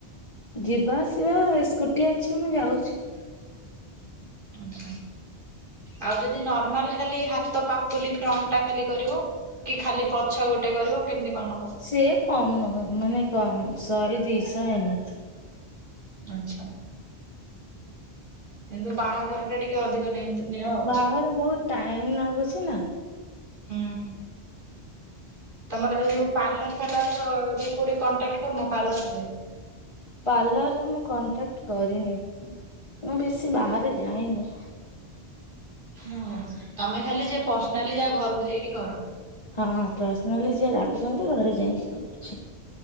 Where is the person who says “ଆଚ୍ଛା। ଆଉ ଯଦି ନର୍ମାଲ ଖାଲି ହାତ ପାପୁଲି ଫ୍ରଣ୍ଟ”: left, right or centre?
Right